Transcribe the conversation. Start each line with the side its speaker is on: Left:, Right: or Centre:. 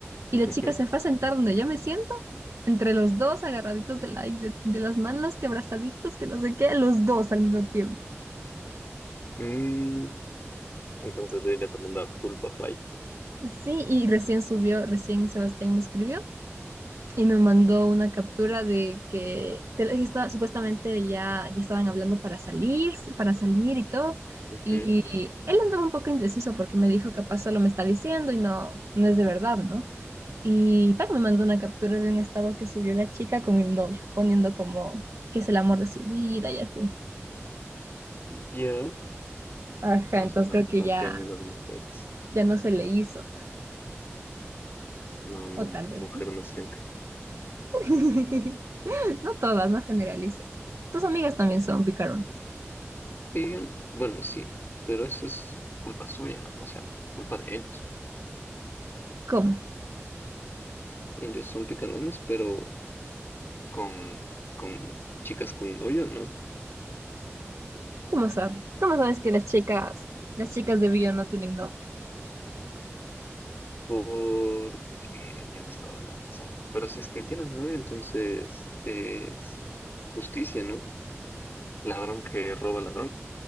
Right: Y la
Left: Ujú.
Right: chica se fue a sentar donde yo me siento, entre los dos agarraditos de, la, de, de las manos, que abrazaditos, que no sé qué, los dos al mismo tiempo.
Left: Mm, Entonces ella también daba full papaya.
Right: Sí, y recién subió, recién Sebastián me escribió y me mandó una captura de que, de la- que estaba, supuestamente ya, ya estaban hablando para salir, para salir y todo.
Left: Ujú.
Right: Y él andaba un poco indeciso porque me dijo capaz solo me está diciendo y no, no es de verdad, ¿no? Y Pac me mandó una captura de un estado que subió la chica con el novio, poniendo como que es el amor de su vida y así.
Left: Ya,
Right: Ajá,
Left: Por
Right: entonces
Left: no
Right: creo
Left: hay que
Right: que
Left: confiar
Right: ya,
Left: en las mujeres.
Right: ya no se le hizo.
Left: No, no,
Right: O tal
Left: mujer
Right: vez sí.
Left: no es gente.
Right: <laughs> No todas, no generalices. Tus amigas también son picaronas.
Left: Y, bueno, sí, pero eso es culpa suya, o sea, culpa de ellos.
Right: ¿Cómo?
Left: Ellos son picarones, pero con, con chicas con novio, ¿no?
Right: ¿Cómo sabes? ¿Cómo sabes que las chicas, las chicas de bio no tienen novios?
Left: Porque tienes toda la razón. Pero si es que tienen novio, entonces es justicia, ¿no? Ladrón que roba ladrón.